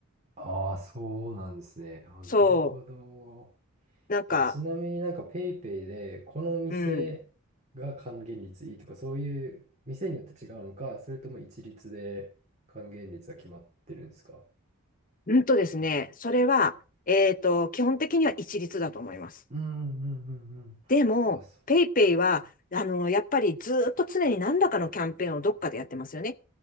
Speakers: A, on the right (about 30°); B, on the left (about 35°).
A: ああ、そうなんですね。あー、
B: そ
A: なるほど。
B: う。なんか、
A: え、ちなみになんか PayPay で、このお店が還元率いいとか、
B: うん。
A: そういう店によって違うのか、それとも一律で還元率が決まってるんですか
B: うんとですね、それは、えっと、基本的には一律だと思います。
A: うんうんうんう
B: でも、
A: ん。あ、そう。
B: ペイペイは、あの、やっぱりずっと常に何らかのキャンペーンをどっかでやってますよね。